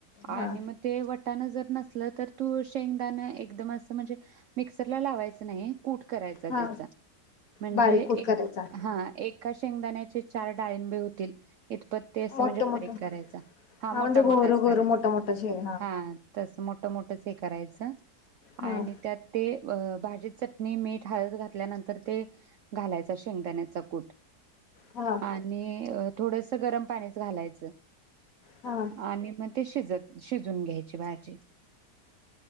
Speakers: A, on the right; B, on the left.
A: आणि
B: हा
A: म ते वट वटाण जर नसल तर तूळ शेंगदाण एकदम असं म्हणजे मिक्सर ला लावायचं नाही. कूठ करायचा
B: हा
A: त्याचा म्हणजे
B: बारीक
A: एक
B: कूट करायचा
A: हा एक. एका शेंगदाण्याचे चार डाळिंबे होतील इत ते असं
B: मोठं
A: म्हणजे
B: मोठं
A: बारीक करायच हा मोठा
B: म्हणजे गोहरं
A: मोठाच
B: गोहरं
A: करायचा
B: मोठं मोठं शे
A: हा तसं मोठ मोठंच हे करायचं. तर
B: हा
A: आणि त्यात ते अ भाजी चटणी मीठ हळद घातल्यानंतर ते घालायचा शेंगदाण्याचा कूट
B: हा
A: आणि अ थोडंस त गरम पाणीच घालायचं
B: हा
A: आणि म ते शिजत शिजून घ्यायचे भाजी